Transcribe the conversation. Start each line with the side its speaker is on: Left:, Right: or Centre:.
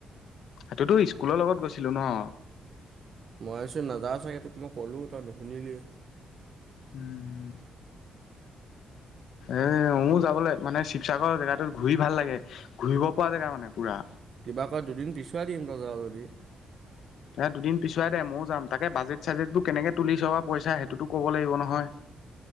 Left: সেইটোতো স্কুলৰ লগত গৈছিলো ন।
Right: মই ভাবিচো নযাৱ চাগৈ, তোক মই ক'লোঁ তই নুশুনিলি।
Left: উম। এ মই যাবলৈ মানে শিৱসাগৰ জেগাটোত ঘূৰি ভাল লাগে। ঘূৰিব পৰা জেগা মানে পুৰা।
Right: কিবাকৈ দুদিন পিছুৱাই দিম তই যাৱ যদি।
Left: এ দুদিন পিচুৱাই দে মইয়ো যাম, তাকে বাজেট চাজেটবোৰ কেনেকে তুলিচ বা পইচা হেইটোটো ক'ব লাগিব নহয়।